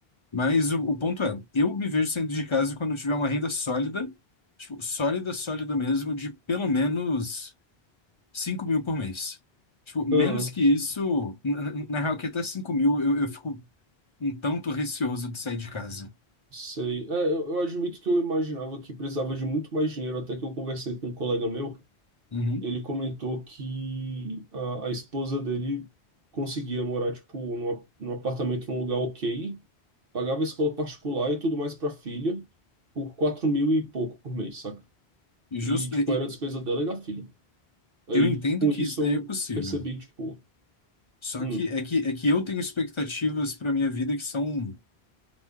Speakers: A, on the left; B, on the right.
A: Mas o, o ponto é, eu me vejo saindo de casa quando eu tiver uma renda sólida, tipo, sólida, sólida mesmo, de pelo menos cinco mil por mês. Tipo, menos
B: aham.
A: que isso, na, na- na real que até cinco mil eu, eu fico um tanto receoso de sair de casa.
B: Sei. É, eu, eu admito que eu imaginava que precisava de muito mais dinheiro até que eu conversei com um colega meu.
A: Uhum.
B: ele comentou que a, a esposa dele conseguia morar, tipo, numa, num apartamento num lugar ok, pagava escola particular e tudo mais para a filha por 4 mil e pouco por mês, saca?
A: E
B: E,
A: Justo,
B: tipo,
A: e- e-
B: era a despesa dela e da filha. Aí,
A: eu entendo
B: com
A: que
B: isso,
A: isso daí
B: eu
A: é possível.
B: percebi, tipo,
A: Só
B: hum,
A: que é que, é que eu tenho expectativas para minha vida que são